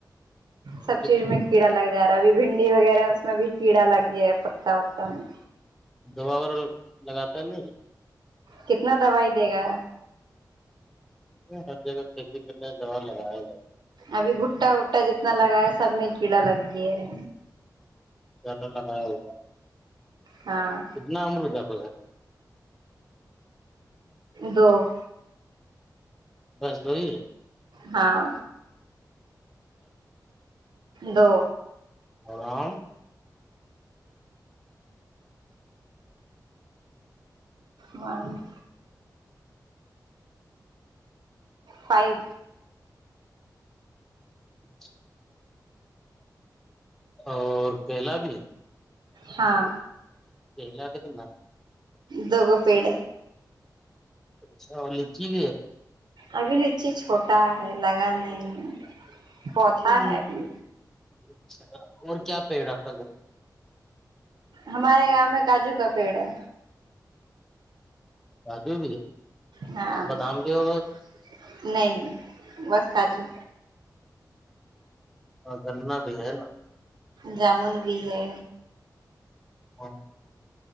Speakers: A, in the centre; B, on the right.
A: ہے
B: سب چیز میں کیڑا لگ جا رہا ابھی بھنڈی وغیرہ ہے اس میں بھی کیڑا لگ گیا ہے پتتا وتا میں
A: دوا وغورا لگاتا ہے نہیں
B: کتنا دوائی دے گا
A: ہر جگہ کھیتی کرنے دوا لگایا جات
B: ابھی گھٹا وٹا جتنا لگا ہے سب میں ایک کیڑا لگ گیا ہے
A: اللہ ب ہو
B: ہاں
A: کتنا امرت ہے پس
B: دو <unintelligible>
A: دس دو ہی ہے
B: ہاں دو
A: ٹلام
B: مان فائو
A: م اور کیلا بھی ہے
B: ہاں
A: ج ل آگ ت ب
B: دو گ پیڑ
A: اچھا اور لیچی بھی ہے
B: ابھی ن چیز چھوٹا ہے لگا نہیں ہے پودا
A: ہ
B: ابھی
A: اچھا اور کیا پے ڈاکٹر گھر
B: ہمارے گاؤں میں کاجو کا پیڑ ہے
A: کاجو بھی
B: ہاں
A: بادام
B: <unintelligible>
A: بھی ہوگا
B: نہیں بس آجی
A: ہاں گننا بھی ہے نا <unintelligible>
B: جامن بھی ہے
A: ہاں